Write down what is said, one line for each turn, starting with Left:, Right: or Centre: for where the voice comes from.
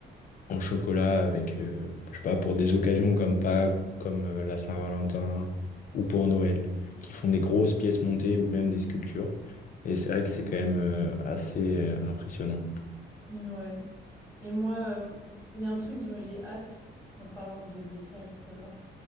Left: en chocolat avec, euh, je sais pas, pour des occasions comme Pâques, ou comme euh, la Saint-Valentin ou pour Noël, qui font des grosses pièces montées ou même des sculptures. Et c'est vrai que c'est quand même euh, assez euh, impressionnant.
Centre: mmh, ouais. Et moi, hem, il y a un truc dont j'ai hâte, en parlant de dessert et cetera,